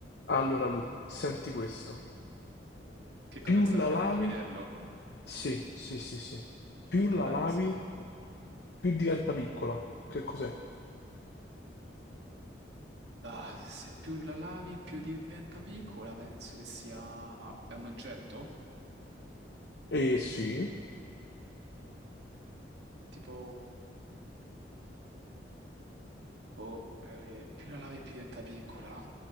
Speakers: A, on the left (about 60°); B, on the right (about 70°).
A: Allora Lu, senti questo.
B: Che
A: Più
B: cosa mi stai
A: la
B: facendo?
A: lavi,
B: Un indovinello?
A: sì, sì, sì, sì. Più
B: Ok,
A: la
B: fammi
A: lavi,
B: questo indovinello.
A: più diventa piccola. Che cos'è?
B: Bah, se più la lavi, più diventa piccola, penso che sia... È un oggetto?
A: Eh sì.
B: Tipo... Boh, eh, più la lavi, più diventa piccola.